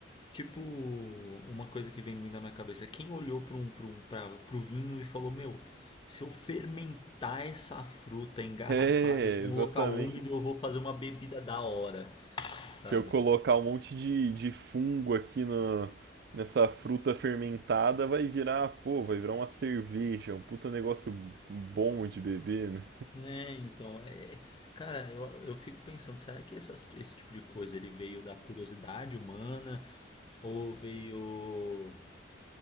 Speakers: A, on the left; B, on the right.
A: Tipo, uma coisa que vem muito na minha cabeça, é quem olhou para um, para um, para pro vinho e falou, meu, se eu fermentar essa fruta engarrafada
B: É,
A: e deixar
B: exatamente.
A: em um local úmido, eu vou fazer uma bebida da hora,
B: Se
A: sabe?
B: eu colocar um monte de, de fungo aqui na nessa fruta fermentada, vai virar, pô, vai virar uma cerveja, um puta negócio bom de beber, né?
A: Né, então, é, é- cara, eu, eu fico pensando, será que essas- esse tipo de coisa ele veio da curiosidade humana ou veio